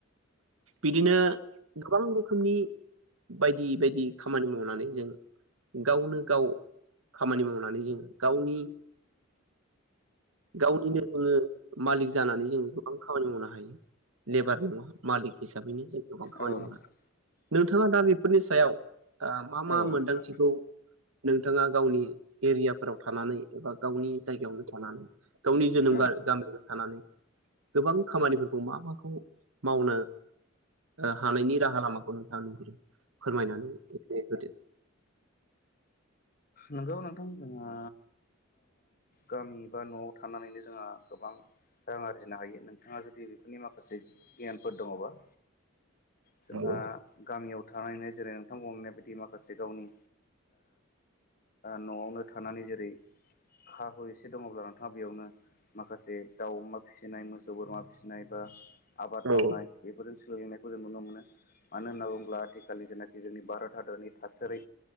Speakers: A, on the right (about 80°); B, on the left (about 45°).
A: बिदिनो गोबां रोखोमनि बायदि बायदि खामानि मावनानै जों गावनो गाव खामानि मावनानै जोङो गावनि गावनिनो जोङो मालिक जानानै जोङो गोबां खामानि मावनो हायो लेबार नङा मालिक हिसाबैनो जों गोबां खामानि
B: औ नोंथां
A: मावनो हायो नोंथाङा दा बेफोरनि सायाव मा मा
B: औ
A: मोनदांथिखौ
B: नोंथां
A: नोंथाङा गावनि एरियाफोराव थानानै एबा गावनि जायगायावनो थानानै गावनि
B: औ
A: जोनोम
B: नोंथां
A: गामि थानानै गोबां खामानिफोरखौ मा माखौ मावनो हानायनि राहा लामाखौ नोंथाङा नुहुरो फोरमायनानै होदो
B: नंगौ नोंथां जोंहा गामि बा न'आव थानानैनो जोंहा गोबां रां आरजिनो हायो नों बिथाङा जुदि बेफोरनि माखासे गियानफोर दङबा
A: नंगौ
B: जोंहा गामियाव थनो जेरै नोंथांमोननाय बिदि माखासे गावनि न'आवनो थानानै जेरै हा हु एसे दङब्ला नोंथाङा बेयावनो माखासे दाउ अमा फिसिनाय मोसौ बोरमा फिसिनाय बा आबाद
A: नंगौ
B: मावनाय बेफोरजों सोलोंलोंनायखौ जों नुनो मोनो मानो होनना बुङोब्ला आथिखालनि जेनाखि जोंनि भारत हादरनि थासारि